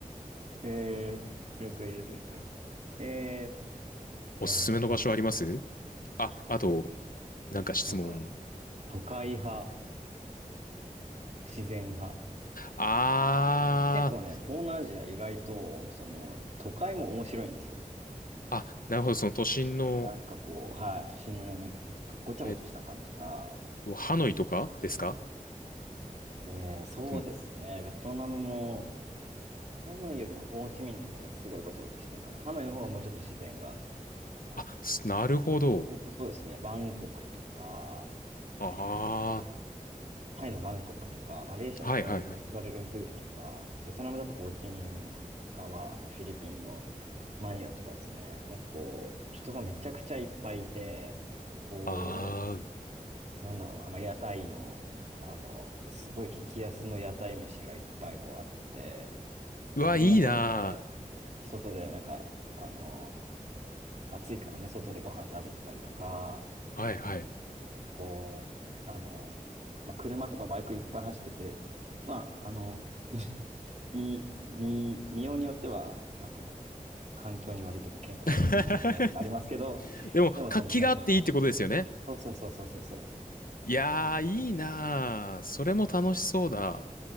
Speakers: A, on the right; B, on the left.
A: えー、了解です、了解です。えー、
B: おすすめの場所あります
A: じゃあ、あとは、
B: あ、あと、なんか質問。
A: なんか、都会派、自然派。
B: あー、
A: 結構ね、東南アジア意外と、その、都会も面白いんですよ。
B: あ、なるほど。その都心の、
A: なんかこう、はい、都心のね、なんかごちゃごちゃした感じが、
B: えっと、ハノイとかですか
A: えー、そうですね、
B: でも、
A: ベトナムも、ハノイよりはホーチミンの方がすごいごちゃごちゃしてるかな。ハノイの方がもうちょっと自然がある。
B: あ、すなるほど。
A: えっと、そうですね、バンコクとか、
B: あ
A: えーと、タイのバンコクとか、マレーシアのクアラルン、
B: あ、はいはいはい。
A: クアラルンプールとか、ベトナムだとホーチミン側、あとフィリピンのマニラとかですね、なんかこう、人がめちゃくちゃいっぱいいて、で、こう、
B: ああ、
A: なんだろうな、まあ、屋台の、あの、すごい激安の屋台飯がいっぱいこうあって、
B: うわ、
A: なんかみんな外で、
B: いいな
A: 外でなんか、あの、暑いからね、外でご飯食べてたりとか、
B: ー。はいはい。
A: なんかこう、あの、まあ、車とかバイクいっぱい走ってて、まあ、あの、<laughs> み、み、見ようによっては、あの、環境に悪いとか健康に良くないとかありますけど、
B: <laughs> でも、
A: でもそのなんかこ
B: 活気があっていいってことですよね。
A: う、そうそうそうそうそうそ
B: いやー、いいなー。それも楽しそうだ。